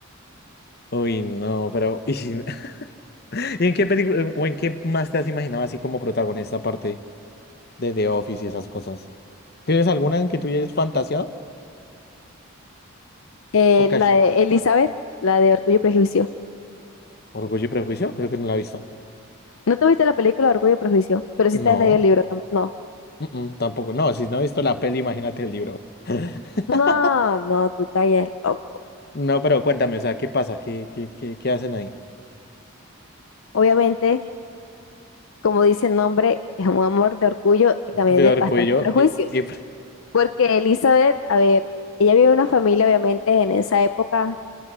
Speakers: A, on the left (about 45°); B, on the left (about 65°).
A: uy, no, pero <laughs> ¿Y en qué película o en qué más te has imaginado así como protagonista aparte de The Office y esas cosas? ¿Tienes alguna en que tú hayas fantaseado?
B: Eh,
A: ¿O
B: la
A: casi
B: de Elizabeth, la de Orgullo y Prejuicio.
A: Orgullo y Prejuicio? Creo que no la he visto.
B: ¿No te viste la película Orgullo y Prejuicio? Pero sí
A: No,
B: te has leído el libro. tam- No.
A: mm, mm, tampoco. No, si no he visto la peli, imagínate el libro. <laughs>
B: No, no, tú tallas loco.
A: No, pero cuéntame, o sea, ¿qué pasa? ¿Qué, qué, qué, qué hacen ahí?
B: Obviamente, como dice el nombre, es un amor de orgullo y también
A: De
B: de
A: Orgullo
B: bastantes prejuicios.
A: y... y-
B: Porque Elizabeth, a ver, ella vive en una familia, obviamente, en esa época,